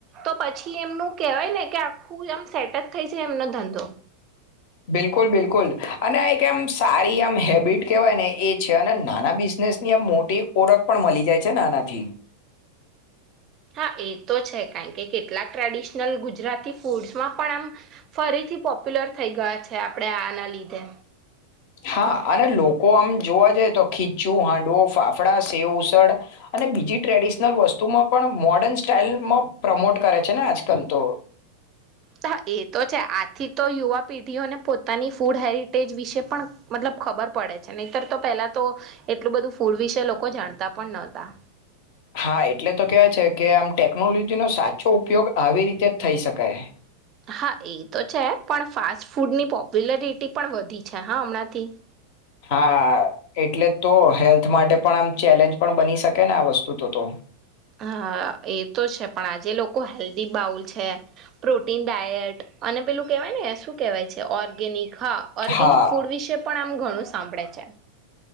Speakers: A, on the right (about 30°); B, on the left (about 45°).
A: તો પછી એમનું કેહેવાય ને કે આખું આમ સેટ જ થઈ છે એમનો ધંધો
B: બિલકુલ બિલકુલ અને આ એક એમ સારી આમ હેબિટ કેહેવાય ને એ છે અને નાના બિઝનેસની આમ મોટી ઓરખ પણ મળી જાય છે ને આનાથી
A: હા એ તો છે કારણ કે કેટલાક ટ્રેડિશનલ ગુજરાતી ફૂડસમાં પણ આમ ફરીથી પોપ્યુલર થઈ ગયા છે આપડે આના લીધે
B: હા અને લોકો આમ જોવા જઈએ તો ખીચું હાંડવો ફાફડા સેવ ઉસળ અને બીજી ટ્રેડિશનલ વસ્તુમાં પણ મોર્ડર્ન સ્ટાઈલમાં પ્રમોટ કરે છે ને આજકાલ તો
A: હા એ તો છે આથી તો યુવા પેઢીઓને પોતાની ફૂડ હેરિટેજ વિશે પણ મતલબ ખબર પડે છે નહીતર તો પેલા તો એટલું બધું ફૂડ વિશે લોકો જાણતા પણ નતા.
B: હા એટલે તો કેહેવાય છે કે આમ ટેકનોલોજીનો સાચો ઉપયોગ આવી રીતે થઈ શકાય.
A: હા એ તો છે પણ ફાસ્ટ ફૂડની પોપ્યુલરિટી પણ વધી છે હા હમણાંથી
B: હા એટલે તો હેલ્થ માટે પણ આમ ચેલેન્જ પણ બની શકે ને આ વસ્તુ તો તો
A: હ એ તો છે પણ આજે લોકો હેલ્ધી બાઉલ છે પ્રોટીન ડાયટ અને પેલું કેહેવાય ને શું કેહેવાય છે ઓર્ગેનિક હા ઓર્ગેનિક
B: હા,
A: ફૂડ વિશે પણ આમ ઘણું સાંભળે છે.